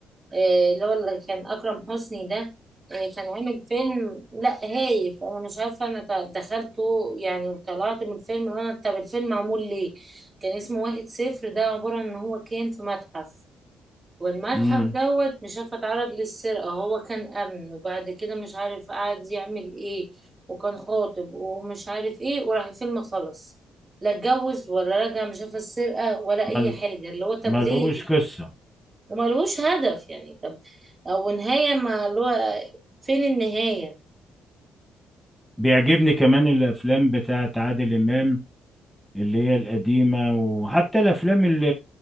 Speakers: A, on the right; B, in the centre.
A: آه، اللي هو اللي كان أكرم حسني ده آه، كان عامل فيلم لا هايف أنا مش عارفة أنا ت- دخلته يعني طلعت من الفيلم وأنا طب الفيلم معمول ليه كان اسمه واحد صفر ده عبارة إن هو كان في متحف والمتحف
B: امم
A: دوت مش عارفة اتعرض للسرقة هو كان أمن وبعد كده مش عارف قعد يعمل إيه وكان خاطب ومش عارف إيه وراح الفيلم خلص لا اتجوز ولا رجع مش عارفة السرقة ولا أي
B: مل...
A: حاجة اللي هو طب
B: ملوش
A: ليه
B: قصة
A: وملوش هدف يعني طب او نهاية ما اللي هو فين النهاية
B: بيعجبني كمان الافلام بتاعت عادل امام اللي هي القديمة وحتى الأفلام ال-